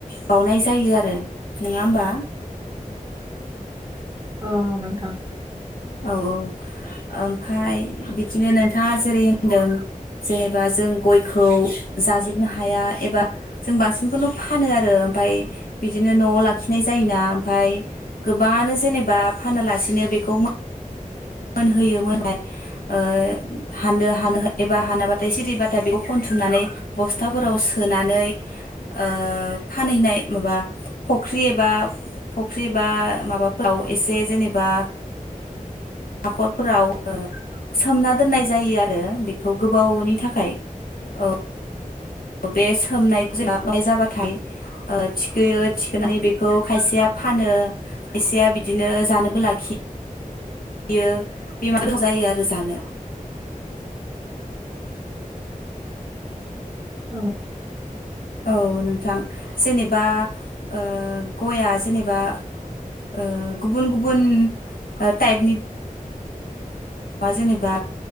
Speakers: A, on the left (about 80°); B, on the right (about 25°).
A: बावनाय जायो आरो नोङा होमबा
B: औ नोंथां
A: औ औ ओमफाय बिदिनो नोंथाङा जेरै होनदों जेनेबा जों गयखौ जाजोबनो हाया एबा जों बांसिनखौनो फानो आरो ओमफाय बिदिनो न'आव लाखिनाय जायोना ओमफाय गोबाङानो जेनेबा फानालासिनो बेखौ मो मोनहोयो मोनहाय ओ हानो हानो एबा हानाबाथाय सिरिबाथाय बेखौ खनथुमनानै बस्थाफोराव सोनानै ओ फानहैनाय माबा फख्रि एबा फख्रि एबा माबाफोराव एसे जेनेबा हाखरफोराव ओ सोमना दोननाय जायो आरो बेखौ गोबावनि थाखाय औ बे सोमनायखो जाजानाय जाबाथाय ओ थिखोयो थिखोनानै बेखौ खायसेया फानो खायसेया बिदिनो जानोबो लाखियो बियो बे मार गोथाव जायो आरो जानो
B: ओ
A: औ नोंथां जेनेबा ओ गयआ जेनेबा ओ गुबुन गुबुन टा टाइपनि मा जेनेबा